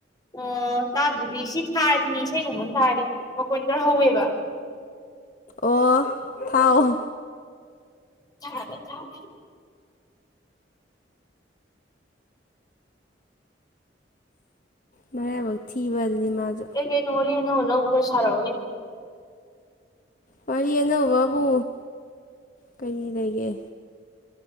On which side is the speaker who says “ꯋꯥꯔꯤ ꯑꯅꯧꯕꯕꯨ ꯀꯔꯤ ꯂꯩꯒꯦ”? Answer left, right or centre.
Left